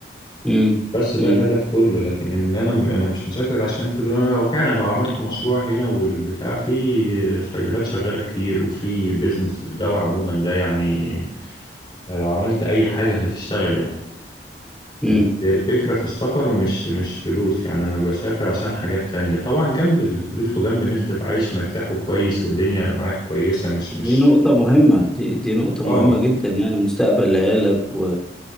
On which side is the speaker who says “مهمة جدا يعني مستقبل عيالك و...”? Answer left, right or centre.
Centre